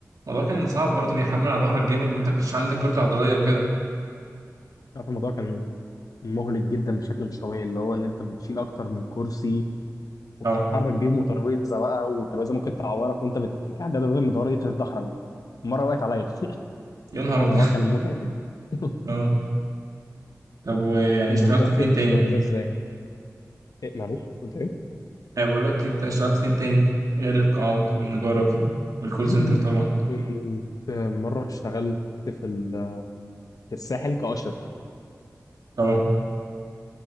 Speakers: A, on the right; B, on the left.
A: الموضوع كان صعب برضو بيحمل على ظهرك جامد وانت كنتش عندك كتله عضليه وكده
B: عارف الموضوع كان مهلك جدا بشكل مش طبيعي اللي هو ان انت بتشيل اكتر من كرسي وبتتحرك
A: اه
B: بيه وترابيزه بقى وترابيزه ممكن تعورك وانت بت... كان عندها ترابيزه المدوره دي بتتدحرج مره وقعت عليا <laughs>
A: يا نهار
B: فالموضوع
A: ابيض
B: كان متعب يعني <laughs>
A: <laughs> اه طب ويعني
B: انت
A: اشتغلت
B: بتعرف
A: فين
B: تقفش
A: تاني؟
B: الترابيزه ازاي؟ إيه معلش قلت ايه؟
A: انا بقول لك انت اشتغلت فين تاني غير القاعات والنجارة وكده والكول
B: <clears throat>
A: سنتر طبعا
B: كنت مره اشتغلت في ال... في الساحل كاشر
A: اه